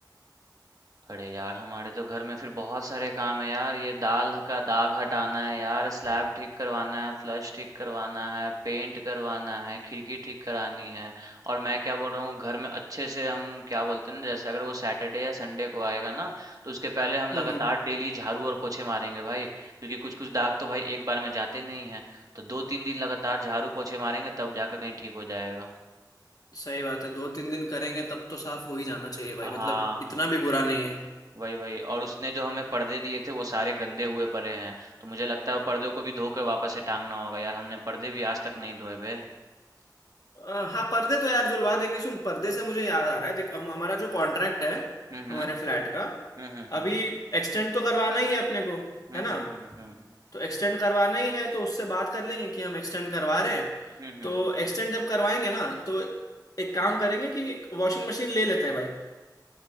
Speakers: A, on the right (about 55°); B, on the left (about 55°).
A: अरे यार हमारे तो घर में फिर बहुत सारे काम है यार ये दाल का दाग हटाना है यार स्लैब ठीक करवाना है फ्लश ठीक करवाना है पेंट करवाना है खिड़की ठीक करानी है और मैं क्या बोल रहा हूँ घर में अच्छे से हम क्या बोलते हैं ना जैसे अगर वो सैटरडे या संडे को आएगा ना तो उसके पहले हम
B: हम्म
A: लगातार
B: हम्म
A: डेली झाड़ू और पोछे मारेंगे भाई क्योंकि कुछ कुछ दाग तो भाई एक बार में जाते नहीं है तो दो तीन दिन लगातार झाड़ू पोछे मारेंगे तब जाकर कहीं ठीक हो जाएगा
B: सही बात है दो तीन दिन करेंगे तब तो साफ हो ही जाना चाहिए भाई
A: हाँ
B: मतलब इतना भी बुरा नहीं है
A: वही वही और उसने जो हमें पर्दे दिए थे वो सारे गंदे हुए पड़े हैं तो मुझे लगता है वो पर्दों को भी धोकर वापस से टांगना होगा यार हमने पर्दे भी आज तक नहीं धोए हुए
B: अ, हाँ पर्दे तो यार धुलवा देंगे सुन पर्दे से मुझे याद आ रहा है देख हम हमारा जो कॉन्ट्रैक्ट है
A: हम्म
B: हमारे फ्लैट का
A: हम्म हम्म
B: अभी एक्सटेंड तो करवाना ही है अपने को
A: हम्म
B: है ना
A: हम्म हम्म हम्म हम्म
B: तो एक्सटेंड करवाना ही है तो उससे बात कर लेंगे कि हम एक्सटेंड करवा रहे हैं
A: हम्म,
B: तो
A: हम्म।
B: एक्सटेंड जब करवाएंगे ना तो एक काम करेंगे कि एक वॉशिंग मशीन ले लेते हैं भाई